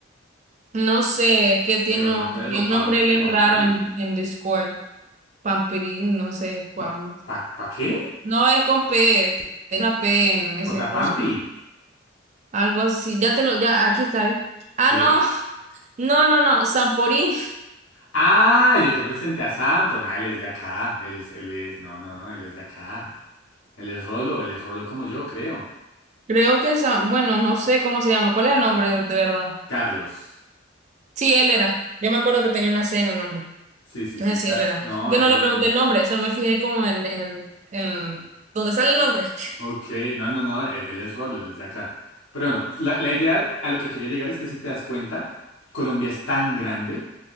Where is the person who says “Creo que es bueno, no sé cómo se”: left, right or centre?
Right